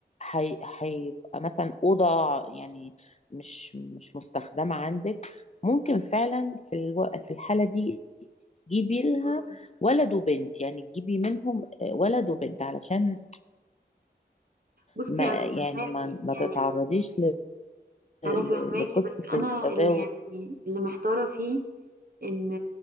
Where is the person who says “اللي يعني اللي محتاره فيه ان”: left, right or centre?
Right